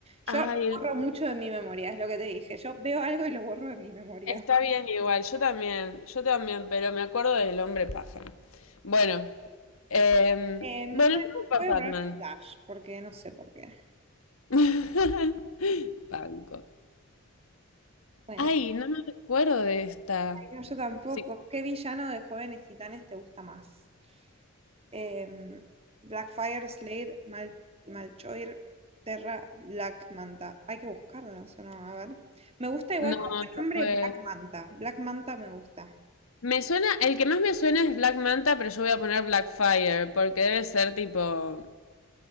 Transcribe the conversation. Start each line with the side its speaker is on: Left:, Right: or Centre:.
Right: Yo
Left: Ay, el-
Right: borro mucho de mi memoria, es lo que te dije. Yo veo algo y lo borro de mi memoria.
Left: está bien igual, yo también, yo también, pero me acuerdo del hombre pájaro. Bueno, em,
Right: Eh, bueno,
Left: bueno, yo voy por
Right: voy
Left: Batman.
Right: a poner Flash, porque no sé por qué.
Left: <laughs> Banco.
Right: Bueno,
Left: Ay, no me acuerdo de esta.
Right: ay, no, yo tampoco.
Left: Sí.
Right: ¿Qué villano de Jóvenes Titanes te gusta más? Em, Blackfire, Slade, Mal Malchoir, Terra, Black Manta. Hay que buscarlo, eso no, a ver. Me gusta igual
Left: No,
Right: como
Left: esta
Right: nombre
Left: fue.
Right: Black Manta. Black Manta me gusta.
Left: Me suena, el que más me suena es Black Manta, pero yo voy a poner Blackfire, porque debe ser tipo